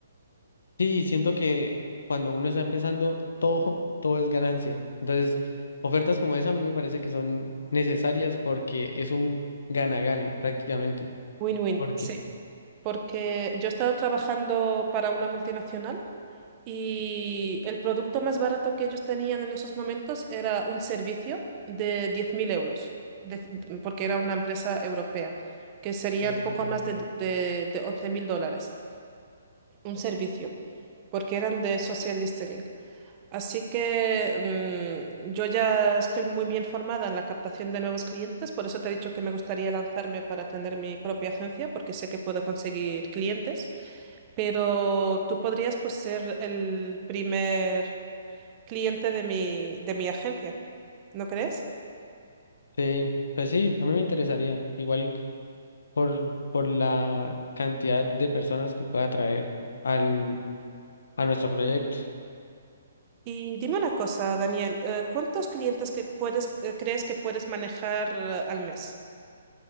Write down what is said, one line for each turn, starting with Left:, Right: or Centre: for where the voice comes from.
Left: Sí, siento que cuando uno está empezando, todo, todo es ganancia. Entonces, ofertas como esa a mí me parece que son necesarias porque es un gana-gana prácticamente.
Right: Win-win.
Left: ¿Por
Right: Sí.
Left: qué?
Right: porque yo he estado trabajando para una multinacional y el producto más barato que ellos tenían en esos momentos era un servicio de 10.000 euros, de- porque era una empresa europea, que serían
Left: Sí, comprendo.
Right: poco más de, de, de 11.000 dólares, un servicio, porque eran de social listening. Así que mm, yo ya estoy muy bien formada en la captación de nuevos clientes, por eso te he dicho que me gustaría lanzarme para tener mi propia agencia, porque sé que puedo conseguir clientes pero tú podrías pues ser el primer cliente de mi, de mi agencia, ¿no crees?
Left: Sí, pues sí, a mí me interesaría. Igual. por, por la cantidad de personas que pueda atraer al, a nuestro proyecto.
Right: Y dime una cosa, Daniel, eh, ¿cuántos clientes que puedes, eh, crees que puedes manejar eh, al mes?